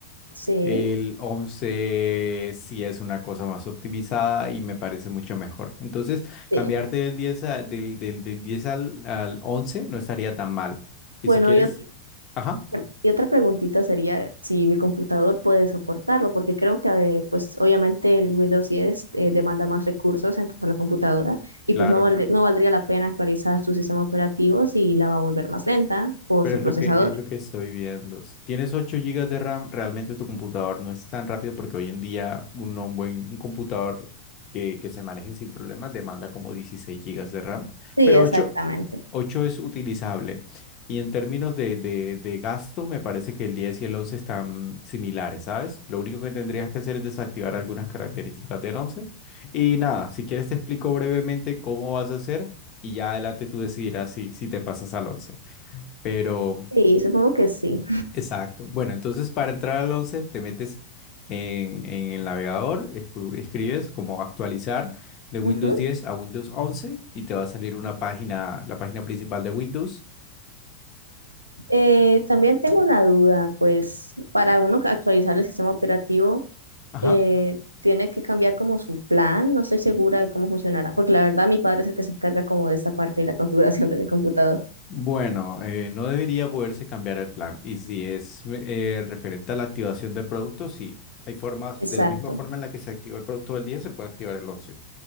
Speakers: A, on the right; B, on the left.
A: Sí.
B: El 11 sí es una cosa más optimizada y me parece mucho mejor. Entonces,
A: Sí.
B: cambiarte del 10 a- del, del, del 10 al, al 11 no estaría tan mal. Y
A: Bueno,
B: si quieres,
A: yo, ¿Quieres?
B: ajá,
A: y otra preguntita sería si mi computador puede soportarlo, porque creo que eh, pues obviamente el Windows 10 eh, demanda más recursos en tanto la computadora y
B: claro.
A: pues no, valdr- Claro. no valdría la pena actualizar su sistema operativo si la va a volver más lenta por
B: Pero
A: su
B: es
A: Bueno,
B: lo
A: procesador.
B: que, es lo que estoy viendo. Si tienes 8 gigas de RAM, realmente tu computador no es tan rápido porque hoy en día un, un buen un computador que, que se maneje sin problemas demanda como 16 gigas de RAM,
A: Sí,
B: pero
A: pero
B: ocho
A: exactamente.
B: ocho es utilizable. Y en términos de, de, de gasto, me parece que el 10 y el 11 están similares, ¿sabes? Lo único que tendrías que hacer es desactivar algunas características del once Y nada, si quieres te explico brevemente cómo vas a hacer y ya adelante tú decidirás si, si te pasas al once Pero
A: Sí, supongo que sí.
B: Exacto. Bueno, entonces para entrar al 11 te metes en, en el navegador, escru- escribes como actualizar de Windows
A: Ujú.
B: 10 a Windows 11 y te va a salir una página, la página principal de Windows.
A: Eh, también tengo una duda, pues para uno actualizar el sistema operativo
B: Ajá.
A: eh, tiene que cambiar como su plan, no estoy segura de cómo funcionará, porque la verdad mi padre es el que se encarga como de esta parte de la configuración de mi computador.
B: Bueno, eh, no debería poderse cambiar el plan. Y si es eh, referente a la activación del producto, sí. Hay formas, de
A: Exacto,
B: la misma forma en la que se activó el producto del 10 se puede activar el 11